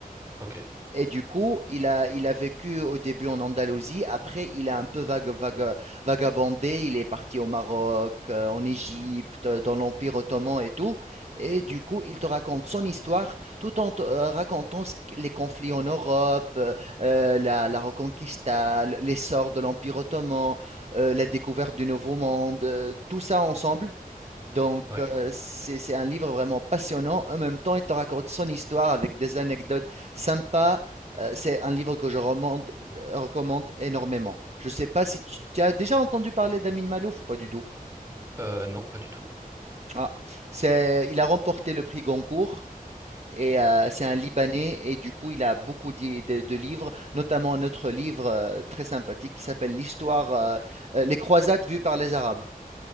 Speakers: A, on the right (about 15°); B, on the right (about 45°).
A: ok,
B: Et du coup, il a, il a vécu au début en Andalousie, après il a un peu vague, vague- vagabondé, il est parti au Maroc, euh, en Égypte, euh, dans l'Empire ottoman et tout. Et du coup, il te raconte son histoire tout en te, euh, racontant ce qui- les conflits en Europe, euh, euh, la, la Reconquista, l- l'essor de l'Empire ottoman, euh, la découverte du Nouveau Monde, euh, tout ça ensemble. Donc,
A: ouais.
B: euh, c'est c'est un livre vraiment passionnant. En même temps, il te raconte son histoire avec des anecdotes sympas euh, c'est un livre que je recommande, recommande énormément. Je ne sais pas si tu, tu as déjà entendu parler d'Amin Malouf ou pas du tout.
A: Euh, non, pas du tout.
B: Ah, c'est, il a remporté le prix Goncourt. Et euh, c'est un Libanais et du coup il a beaucoup d'i- de, de livres, notamment notre livre euh, très sympathique qui s'appelle L'histoire, euh, euh, les croisades vues par les Arabes.